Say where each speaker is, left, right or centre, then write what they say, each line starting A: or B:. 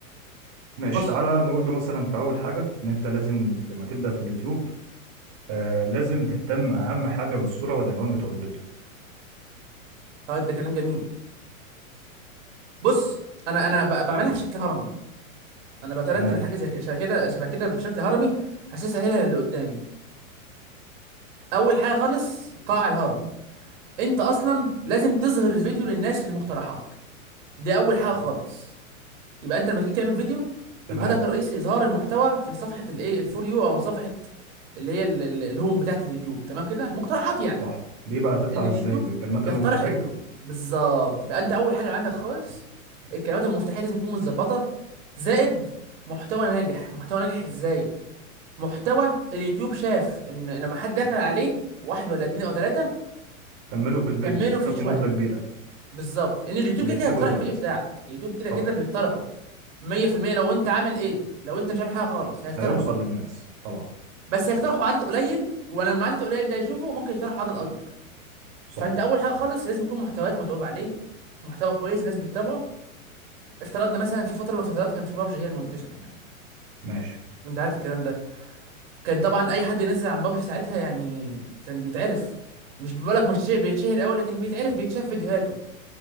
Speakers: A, on the right (about 40°); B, on the right (about 55°).
A: ماشي
B: بص
A: تعالى نقول له مثلا في أول حاجة إن أنت لازم لما تبدأ في اليوتيوب آه لازم تهتم أهم حاجة بالصورة والعنوان بتوع الفيديو
B: طيب ده كلام جميل بص انا انا ب- بعملها بشكل هرمي انا بترتب
A: تمام
B: الحاجه زي كده شبه كده شبه كده بشكل هرمي عشان اسهلها للي قدامي اول حاجه خالص قاع الهرم انت اصلا لازم تظهر الفيديو للناس في المقترحات دي اول حاجه خالص يبقى انت لما تيجي تعمل فيديو
A: تمام
B: بيبقى هدفك الرئيسي اظهار المحتوى في صفحه الايه الفور يو او صفحه اللي هي ال- ال- الهوم بتاعه اليوتيوب تمام كده مقترحات يعني
A: صح دي بقى هتطلع
B: ان اليوتيوب
A: إزاي بالكلمات
B: يقترح
A: المفتاحية
B: الم... بالظبط يبقى انت اول حاجه عندك خالص الكلمات المفتاحيه لازم تكون متظبطه زائد محتوى ناجح محتوى ناجح ازاي محتوى اليوتيوب شاف ان لما حد دخل عليه واحد ولا اتنين او تلاتة
A: كملوا في الفيديو
B: كملوا
A: شوفوا
B: فيه شويه
A: مدة كبيرة
B: بالظبط ان اليوتيوب
A: بيحسبوا
B: كده كده هيقترح
A: الوقت
B: الفيديو بتاعك اليوتيوب كده
A: صح
B: كده بيقترحه 100% لو انت عامل ايه لو انت مش عامل حاجه خالص هيقترحه
A: هيوصل
B: برضه
A: للناس طبعا
B: بس هيقترحه بعدد قليل ولما العدد قليل ده يشوفه ممكن يقترح عدد اكبر
A: صح
B: فانت اول حاجه خالص لازم يكون محتواك متعوب عليه محتوى كويس الناس بتتابعه افترضنا مثلا في فتره من الفترات كان في بابجي هي المنتشره يعني
A: ماشي
B: وانت عارف الكلام ده كان طبعا اي حد ينزل عن بابجي ساعتها يعني كان بيتعرف مش بقولك مش شيء بيتشهر قوي لكن بيتعرف بيتشاف فيديوهاته